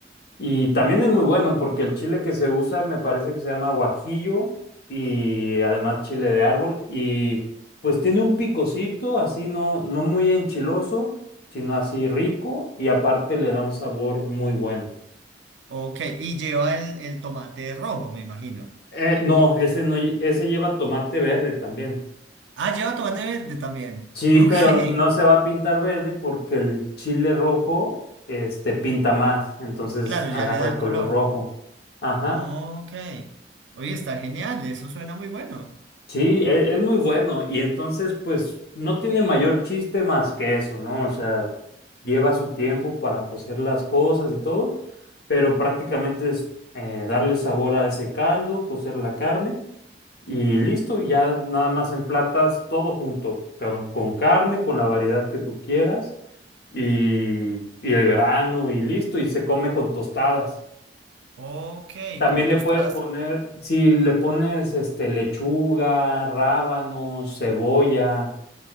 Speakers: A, on the left (about 55°); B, on the right (about 80°).
A: Y también es muy bueno porque el chile que se usa me parece que se llama guajillo y además chile de árbol y pues tiene un picocito así no, no muy enchiloso, sino así rico y aparte le da un sabor muy bueno.
B: Ok. Y lleva el, el tomate rojo, me imagino.
A: Eh, no, ese no, lle- ese lleva tomate verde también.
B: Ah, lleva tomate verde también.
A: Sí,
B: Ok.
A: pero no se va a pintar verde porque el chile rojo este pinta más, entonces
B: Claro,
A: agarra
B: ya le da el
A: color
B: color.
A: rojo. Ajá.
B: Ok. Oye, está genial. Eso suena muy bueno.
A: Sí, e- es, muy bueno y entonces pues no tiene mayor chiste más que eso, ¿no? O sea, lleva su tiempo para cocer las cosas y todo, pero prácticamente es eh, darle sabor a ese caldo, cocer la carne y listo, y ya nada más emplatas todo junto, con, con carne, con la variedad que tú quieras y, y el grano y listo, y se come con tostadas.
B: Ok,
A: También
B: con
A: le
B: tostadas.
A: puedes poner, si le pones este lechuga, rábanos, cebolla,